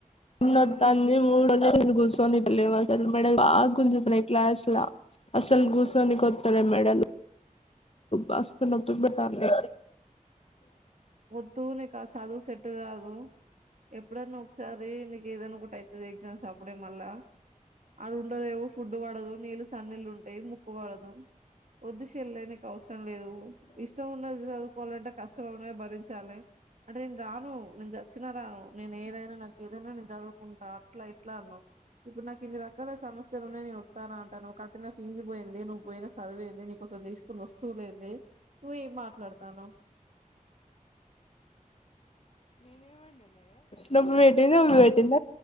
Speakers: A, on the left (about 45°); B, on the right (about 60°).
A: ఉండొద్దంది మూడు <unintelligible> గూసోని లేవాల <unintelligible> మెడల్ బా గుంజతున్నయ్ క్లాస్ల అసలు గూసోనికొత్తలే మెడలు బస్తు నొప్పి బెత్తాంది
B: వొద్దు నీకు ఆ సదువు సెట్టు గాదు ఎప్పుడన్న ఒకసారి నీకు ఏదన ఒక అయితది ఎగ్జామ్స్ అప్పుడే మళ్ళా ఆడ ఉండనేమో ఫుడ్డు పడదు నీళ్ళు సన్నీళ్ళు ఉంటయ ముక్కు వడదు ఒద్దు శెల్లే నీకు అవసరం లేదు ఇష్టం ఉన్నది చదువుకోవాలంటే కష్ట నువే భరించాలి అంటే నేను రాను నేను చచ్చినా రాను నేను ఏదైనా నాకు దనా నేన్ చదువుకుంటా అట్లా ఇట్లా అన్నవ్ ఇప్పుడు నాకు ఇన్ని రకాల సమస్యలున్నయ్, నేను ఒత్తానంటనవ్ కట్టిన ఫీజ్ బోయింది, నువ్ బొయిన సదువేంది నీకు. సొ దిసుకున్న వస్తువులేంది నువ్ ఏం మాట్లాడతాన్నవ్
A: నువ్ వెట్టందే వెట్టింద